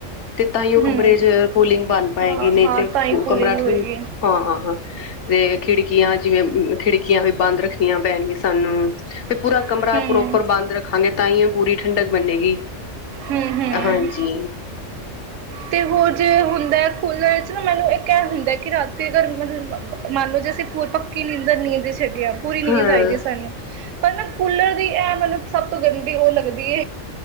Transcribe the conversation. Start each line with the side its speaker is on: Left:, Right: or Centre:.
Left: ਤੇ ਤਾਂਹੀ
Right: ਹੂੰ।
Left: ਕਮਰੇ ਚ
Right: ਹੂੰ
Left: ਪੂਲਿੰਗ ਬਣ ਪਾਏਗੀ
Right: ਹਾਂ,
Left: ਨਹੀਂ
Right: ਹਾਂ
Left: ਤੇ
Right: ਤਾਂ ਹੀ ਕੂਲਿੰਗ
Left: ਕਮਰਾ
Right: ਹੋਏਗੀ
Left: ਹਾਂ ਹਾਂ ਹਾਂ ਤੇ ਖਿੜਕੀਆਂ ਜਿਵੇਂ ਖਿੜਕੀਆਂ ਵੀ ਬੰਦ ਰੱਖਣੀਆਂ ਪੈਣਗੀਆਂ ਸਾਨੂੰ ਵੀ ਪੂਰਾ ਕਮਰਾ
Right: ਹੂੰ,
Left: ਪ੍ਰੋਪਰ ਬੰਦ ਰੱਖਾਂਗੇ ਤਾਂ ਹੀ ਉਹ ਪੂਰੀ ਠੰਡਕ ਬਣੇੇਗੀ
Right: ਹੂੰ-ਹੂੰ।
Left: ਹਾਂਜੀ।
Right: ਤੇ ਹੋਰ ਜੇ ਹੁੰਦਾ ਏ ਕੂਲਰ ਵਿੱਚ ਨਾਂ ਮੈਨੂੰ ਇਕ ਇਹ ਹੁੰਦਾ ਹੈ ਕਿ ਰਾਤੀ ਅਰ ਮਤਲਬ ਮੰਨ ਲਓ ਜੇ ਅਸੀਂ ਫੂਲ ਪੱਕੀ ਨੀਂਦਰ ਨੀਂ ਚ ਗੇਆ ਪੂਰੀ ਨੀਂਦ
Left: ਹਾਂ
Right: ਆਈਦੀ ਸਾਨੂੰ ਪਰ ਨਾ ਕੂਲਰ ਦੀ ਏ ਮਤਲਬ ਸਭ ਤੋਂ ਗੰਦੀ ਉਹ ਲੱਗਦੀ